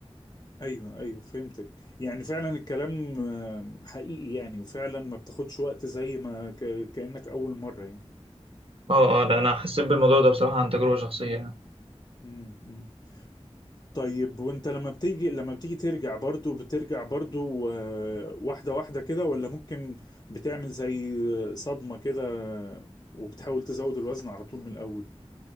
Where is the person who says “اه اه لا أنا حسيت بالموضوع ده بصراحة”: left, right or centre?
Right